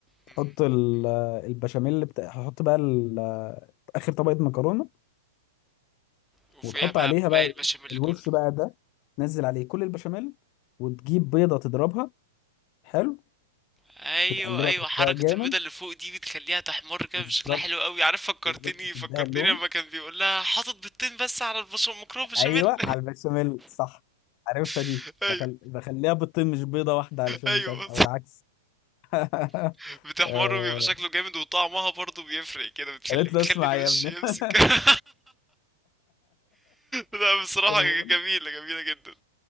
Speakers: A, in the centre; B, on the left.
A: مم.
B: حط ال- آه، البشاميل بتا... هحط بقى ال- آه، اخر طبقه مكرونه
A: وفوقيها
B: وتحط
A: بقى
B: عليها بقى
A: باقي البشاميل
B: الوش
A: كله
B: بقى ده تنزل عليه كل البشاميل وتجيب بيضة تضربها حلو
A: ايوه
B: بتقلبها
A: ايوه
B: ترجعها
A: حركة
B: جامد
A: البيضة اللي فوق دي بتخليها تحمر كده
B: بالظبط
A: بشكلها حلو قوي عارف فكرتني
B: بالظبط تديها
A: فكرتني
B: اللون
A: لما كان بيقول لها حاطط بيضتين بس على البشاميل مكرونة بشاميل
B: ايوه على البشاميل صح عارفها دي
A: <laughs> ايوه
B: بخل... بخليها بيضتين مش بيضة واحدة علشان
A: ايوه
B: مش عارف او العكس <laughs>
A: <laughs> بتحمر
B: آه،
A: وبيبقى شكله جامد وطعمها برضه بيفرق كده بتخلي
B: قالت
A: بتخلي
B: له اسمع
A: الوش
B: يا ابني
A: يمسك
B: <laughs>
A: <laughs> لا بصراحة
B: المهم
A: جميلة جميلة جدا